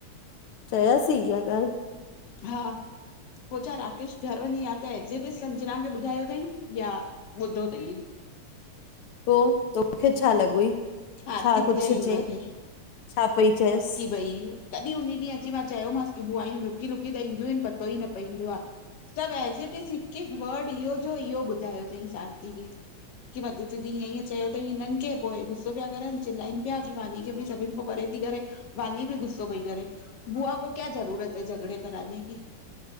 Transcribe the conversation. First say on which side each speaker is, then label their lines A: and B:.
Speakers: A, on the left (about 80°); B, on the left (about 55°).
A: चयेस इहाॻाल।
B: हा पो छा राकेश घर वञी या त एज़ि ते संजना खे ॿुधायो थई या ॿुधो तई।
A: पोइ तोखे छा लॻोइ
B: आरती
A: छा
B: ॿुधायई
A: कुझु चयईं।
B: मूंखे
A: छा पई चएस।
B: की भई तॾहिं उन ॾींहुं अची मां चयोमासि की बूआयूं लुकी लुकी त ईंदियूं आहिनि पतो ई न पईंदो आ। सभ एज़ इट इज़ हिकु हिकु वड इहो जो इहो ॿुधायो तई आरती खे। की माधू दीदी ईअं ईअं चयो तई हिननि खे पो गुसो पिया करनि चिलाइनि पिया की वानी। की बई सभिननि को परे थी करेे वानी बि गुस्सो पई करे बुआ को कया ज़रूरत ए झगड़े कराने की,